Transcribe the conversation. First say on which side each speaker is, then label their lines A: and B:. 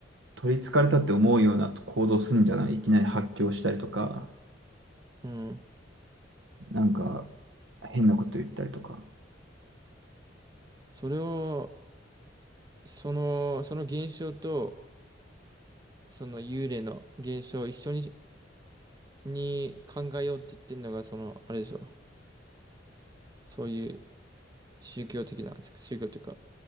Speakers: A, on the right; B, on the right.
A: 取り憑かれたって思うような行動するんじゃない、いきなり発狂したりとか、
B: うん。
A: なんか変なこと言ったりとか。
B: それを、その、その現象と、その幽霊の現象を一緒にに考えようって言ってるのが、その、あれでしょ。そういう宗教的な、宗教というか、